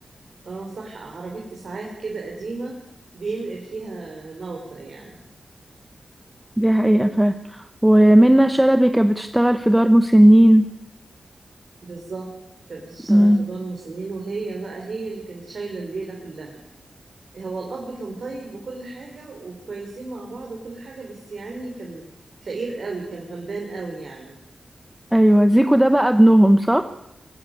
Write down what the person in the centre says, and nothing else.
دي حقيقة فعلا ومنة شلبي كانت بتشتغل في دار مسنين
مم.
أيوة زيكو ده بقى ابنهم صح؟